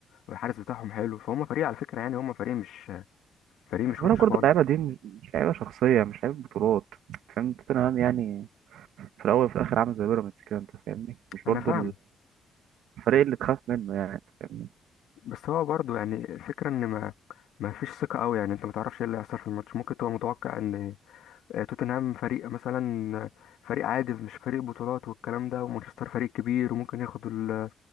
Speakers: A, on the left; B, on the right.
A: والحارس بتاعهم حلو فهم فريق على فكرة يعني هم فريق مش فريق مش
B: خلي
A: وحش
B: بالك برضه
A: خالص
B: اللعيبة دي مش مش لعيبة شخصية مش لعيبة بطولات فاهم توتنهام يعني في الأول وفي الآخر عامل زي بيراميدز كده أنت فاهمني مش
A: انا
B: برضه
A: فاهم
B: الفريق اللي تخاف منه يعني أنت فاهمني
A: بس هو برضو يعني الفكرة ان ما ما فيش ثقة قوي يعني انت ما تعرفش ايه اللي هيحصل في الماتش ممكن تبقى متوقع ان آه، توتنهام فريق مثلا آه، فريق عادي مش فريق بطولات والكلام ده ومانشستر فريق كبير وممكن ياخد ال-